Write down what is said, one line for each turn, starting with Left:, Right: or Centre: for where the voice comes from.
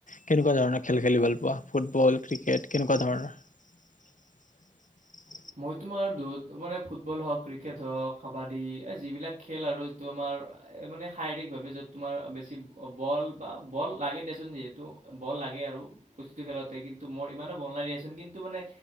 Left: কেনেকুৱা ধৰণৰ খেল খেলি ভাল পোৱা ফুটবল ক্ৰিকেট কেনেকুৱা ধৰণৰ। <unintelligible>
Right: মই তোমাৰ দু মানে ফুটবল হওঁক ক্ৰিকেট হওক কাবাডী এই যিবিলাক খেল আৰু এ তোমাৰ এ মানে শায়েকীকভাবে যত তোমাৰ বেছি বল বা বল লাগে দিয়াচোন যিহেতু বল লাগে আৰু প্ৰতিটো খেলতে কিন্তু মই ইমানো বল নাই দিয়াচোন কিন্তু মানে